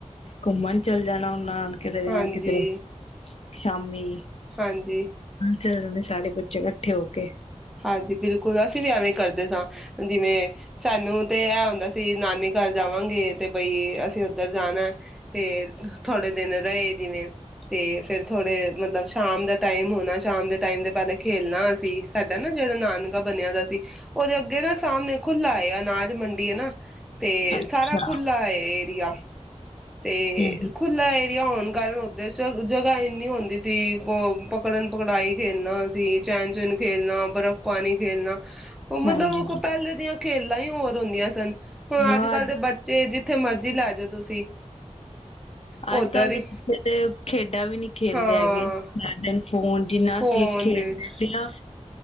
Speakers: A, on the left; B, in the centre.
A: ਘੁੰਮਣ ਚਲ ਜਾਣਾ ਹੁੰਨਾ, ਕਿਧਰੇ
B: ਹਾਂਜੀ
A: ਨਾ ਕਿਧਰੇ, ਸ਼ਾਮੀ
B: ਹਾਂਜੀ
A: ਚਲੇ ਜਾਂਦੇ ਸਾਰੇ ਬੱਚੇ ਘ ਕੱਠੇ ਹੋਕੇ।
B: ਹਾਂਜੀ, ਬਿਲਕੁਲ। ਕੁਲ ਅਸੀਂ ਵੀ ਐਵੇਂ ਕਰਦੇ ਸਾਂ, ਹਨਾ ਜਿਵੇਂ ਸਾਨੂੰ ਤੇ ਇਹ ਹੁੰਦਾ ਸੀ, ਨਾਨੀ ਘਰ ਜਾਵਾਂਗੇ, ਤੇ ਬਈ ਅਸੀਂ ਉੱਧਰ ਜਾਣਾ, ਤੇ ਥੋੜੇ ਦਿਨ ਰਹੇ ਜਿਵੇਂ, ਤੇ ਫੇਰ ਥੋੜੇ ਮਤਲਬ ਸ਼ਾਮ ਦਾ ਟਾਈਮ ਹੋਣਾ, ਸ਼ਾਮ ਦੇ ਟਾਈਮ ਦੇ ਪਹਿਲਾਂ ਖੇਲਣਾ ਅਸੀਂ, ਸਾਡਾ ਨਾ ਜਿਹੜਾ ਨਾਨਕਾ ਬਣਿਆ ਦਾ ਸੀ, ਉਹਦੇ ਅੱਗੇ ਨਾ ਸਾਹਮਣੇ ਖੁਲਾ ਸੀ, ਅਨਾਜ ਮੰਡੀ ਹੈ ਨਾ ਅਤੇ
A: ਅੱਛਾ।
B: ਸਾਰਾ ਖੁੱਲ੍ਹਾ ਹੈ। ਤੀਆ, ਅਤੇ
A: ਹੂੰ,
B: ਖੁੱਲ੍ਹਾ ਏਰੀਆ ਹੋਣ ਕਾਰਨ ਉਦੇਸ਼ ਜਗ੍ਹਾ ਇੰਨੀ ਹੁੰਦੀ ਸੀ, ਕੋ ਪਕੜਨ-ਪਕੜਾਈ ਖੇਲਣਾ ਅਸੀ, ਚੈਨ-ਚੈਨ ਖੇਲਣਾ, ਬਰਫ਼-ਪਾਣੀ ਖੇਲਣਾ। ਉਹ ਮਤਲਬ
A: ਹਾਂਜੀ
B: ਉਹ ਕੋ ਪਹਿਲੇ ਦੀਆਂ ਖੇਲ ਪਾਂ ਹੀ ਹੋਰ ਹੁੰਦੀਆਂ ਸਨ। ਹੁਣ
A: ਹਾਂ
B: ਅੱਜ ਕੱਲ ਦੇ ਬੱਚੇ, ਜਿੱਥੇ ਮਰਜ਼ੀ ਲੈ ਜਾਓ ਤੁਸੀਂ ਓਧਰ
A: ਅੱਜ ਕੱਲ ਦੇ
B: ਹੀ
A: ਬੱਚੇ ਤੇ ਖੇਡਾਂ ਵੀ ਨਹੀਂ ਖੇਡਦੇ
B: ਹਾਂ
A: ਹੈਗੇ, ਸਾਰੇ ਦਿਨ ਫੋਨ, ਜਿੰਨਾ
B: ਫੋਨ
A: ਅਸੀਂ ਖੇਡਦੇ
B: ਦੇ ਵਿੱਚ
A: ਸੀ ਨਾ